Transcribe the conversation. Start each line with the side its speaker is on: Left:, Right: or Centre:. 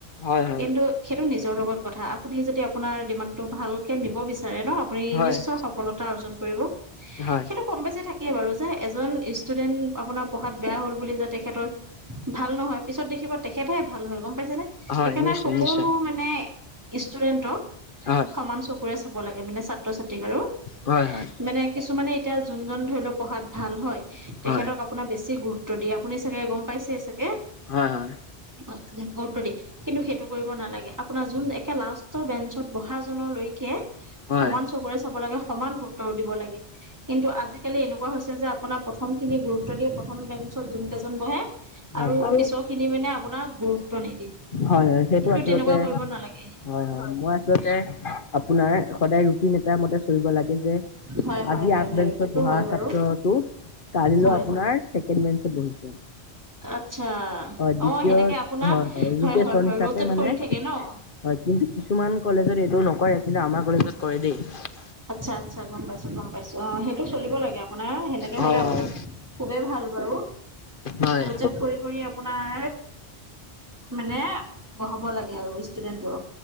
Left: হয়
Right: কিন্তু সেইটো নিজৰ লগত কথা, আপুনি যদি আপোনাৰ দিমাকটো ভালকে নিব বিচাৰে ন আপুনি
Left: হয়
Right: নিশ্চয় সফলতা অৰ্জন কৰিব।
Left: হয়।
Right: সেইটো কম বেছি থাকে বাৰু যে, এজন ষ্টুডেন্ট আপোনাৰ পঢ়াত বেয়া হ'ল বুলি যে তেখেতৰ ভাল নহয় পিছত দেখিব তেখেতহে ভাল হয় গম পাইছেনে?
Left: হয়
Right: সেইকাৰণে
Left: নিশ্চয়
Right: সকলো
Left: - নিশ্চয়।
Right: মানে ষ্টুডেন্টক
Left: হয়।
Right: সমান চকুৰে চাব লাগে মানে ছাত্ৰ - ছাত্ৰীক আৰু
Left: হয় হয়
Right: মানে কিছুমানে এতিয়া যোনজন ধৰি লওক পঢ়াত ভাল হয়, তেখেতক
Left: হয়
Right: আ পোনাক বেছি গুৰুত্ব দিয়ে, আপুনি চাগে গম পাইছে চাগে?
Left: হয় হয়।
Right: আপোনাক গুৰুত্ব দিয়ে কিন্তু সেইটো কৰিব নালাগে, আপোনাৰ যোন একে লাষ্টৰ বেঞ্চত বহাজনলৈ কে
Left: হয়
Right: সমান চকুৰে চাব লাগে, সমান গুৰুত্ব দিব লাগে কিন্তু আজি কালি এনেকুৱা হৈছে যে আপোনাৰ প্ৰথমখিনিয়ে গুৰুত্ব দিয়ে, প্ৰথম বেঞ্চ ত যোনকেইজন বহে
Left: হয়
Right: আৰু
Left: হয়
Right: পিছৰখিনি মানে আপোনাৰ গুৰুত্ব নিদিয়ে।
Left: হয়, হয়, সেইটো
Right: কিন্তু
Left: আচলতে
Right: তেনেকুৱা কৰিব নালাগে
Left: হয়, হয় মই চলতে আপোনাৰ সদায় ৰুটিন এটা মতে চলিব লা গে যে
Right: হয় হয়
Left: আজি
Right: হয়
Left: আগ
Right: হয়
Left: বেঞ্চত
Right: সেইটো
Left: বঢ়া
Right: হয় বাৰু
Left: ছাত্ৰটো কালিলৈ
Right: হয়
Left: আপোনাৰ ছেকেণ্ড বেঞ্চত বহিছে।
Right: আচ্ছা!
Left: হয় দ্বিতীয়
Right: অ' সেনেকে আপোনাৰ হয়,
Left: ৰোটেশচন
Right: হয়, হয়
Left: হিচাপে
Right: ৰ'টত
Left: মানে
Right: কৰি থাকে ন।
Left: হয় কিন্তু কিছুমান কলেজত এইটো নকৰে কিন্তু আমাৰ কলেজত কৰে দেই।
Right: আচ্ছা! আচ্ছা! গম পাইছো, গম পাইছো, অ সেইটো চলিব লাগে আপোনাৰ সেনেকে
Left: হয়।
Right: হলে আপোনাক খুবেই ভাল বাৰু।
Left: হয়।
Right: ৰটেট কৰি কৰি আপোনাৰ মানে বহাব লাগে আৰু ষ্টুডেন্টবোৰক।